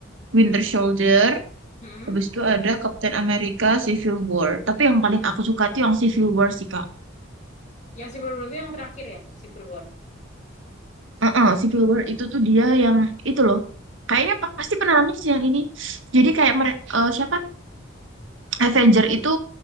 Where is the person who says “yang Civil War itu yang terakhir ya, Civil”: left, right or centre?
Left